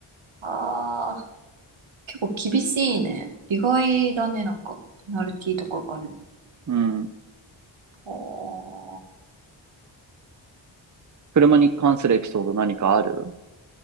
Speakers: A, on the right; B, on the right.
A: ああ、結構厳しいね。意外だね、なんか。ペナルティーとかがある
B: う。うん。
A: の。おー
B: 車に関するエピソード何かある